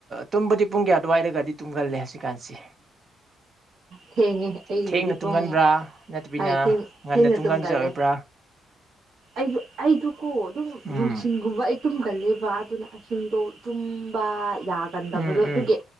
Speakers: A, on the right; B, on the right.
A: ꯇꯨꯝꯕꯗꯤ ꯄꯨꯡ ꯀꯌꯥ ꯑꯗꯨꯋꯥꯏꯗꯒꯗꯤ ꯇꯨꯡꯒꯜꯂꯦ ꯍꯧꯖꯤꯛꯀꯥꯟꯁꯤ
B: ꯊꯦꯡꯉꯦ ꯑꯩꯕꯨꯗꯤ
A: ꯊꯦꯡꯅ ꯇꯨꯝꯒꯟꯕ꯭ꯔꯥ
B: ꯄꯨꯡ
A: ꯅꯠꯇꯕꯤꯅ
B: ꯍꯣꯏ ꯊꯦꯡ
A: ꯉꯟꯅ
B: ꯊꯦꯡꯅ
A: ꯇꯨꯝꯒꯟꯕꯁꯨ
B: ꯇꯨꯝꯒꯜꯂꯦ
A: ꯑꯣꯏꯕ꯭ꯔꯥ
B: ꯑꯩ ꯑꯩꯗꯨꯀꯣ ꯑꯗꯨꯝ
A: ꯎꯝ
B: ꯅꯨꯡꯊꯤꯜꯒꯨꯝꯕ ꯑꯩ ꯇꯨꯝꯒꯂꯦꯕ ꯑꯗꯨꯅ ꯑꯍꯤꯡꯗꯣ ꯇꯨꯝꯕ ꯌꯥꯒꯟꯗꯕꯗꯣ
A: ꯎꯝ
B: ꯑꯗꯨꯒꯤ
A: ꯎꯝ